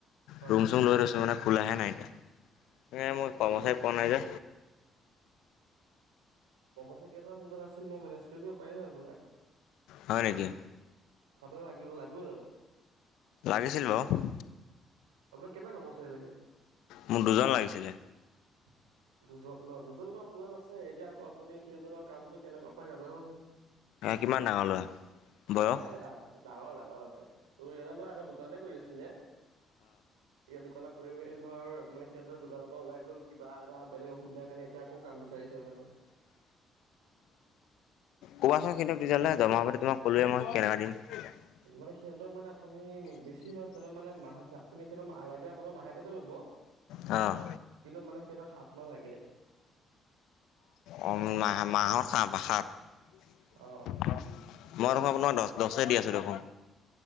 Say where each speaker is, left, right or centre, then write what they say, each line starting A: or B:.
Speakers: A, on the right (about 75°); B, on the left (about 60°).
A: হয়
B: ৰুম-চুম
A: হয়।
B: লৈ থৈছো মানে খোলাহে নাই এতিয়া। এ মই কমচাৰি
A: অ',
B: পোৱা নাই যে।
A: একেইজন মোৰ তাত আছিল মই মেনেজ কৰি দিব পাৰিম হয় আপোনাক।
B: হয় নেকি?
A: আপোনাক লাগিব, লাগিব জানো?
B: লাগিছিল বাৰু।
A: আপোনাক কেইটা কৰ্মচাৰী লাগে?
B: মোক দুজন লাগিছিলে।
A: <inaudible> দুজন ন? দুজন বাৰু মোৰ তাত আছে। এতিয়া আকৌ আপুনি সেইজনৰ কামটো কেনেকুৱা পাই নাজানো নহয়।
B: আ কিমান ডাঙৰ ল'ৰা? বয়স?
A: এ ডাঙ ডাঙৰ, ডাঙৰ আছে। ও ইহঁতে মানে আগত দোকানতে কৰি আছিলে। ইয়াত দোকানত কৰি মেলি ধৰ মানে সিহঁতে দোকানৰ পৰা ওলাই গ'ল, কিবা এটা বেলেগ অসুবিধাৰ কাৰণে এতিয়া আকৌ কাম বিচাৰিছে মানে।
B: ক'বাচোন কিন্তু তেতিয়াহ'লে জমা হলে তোমাক কলোৱে মই। <inaudible>
A: মানে সিহঁতক মানে আপুনি বেছি নহয় সিহঁতক -মাহ -আপুনি- সিহঁত- মাহ লাগে আপোনাৰ মাহেকটেই ল'ব।
B: অ',
A: কিন্তু মানে সিহঁতক সাত মান লাগে।
B: অ মাহ-মাহৰ সাহ-সত
A: অ'
B: মই। ন দচ দচেই দি আছোঁ দেখোন।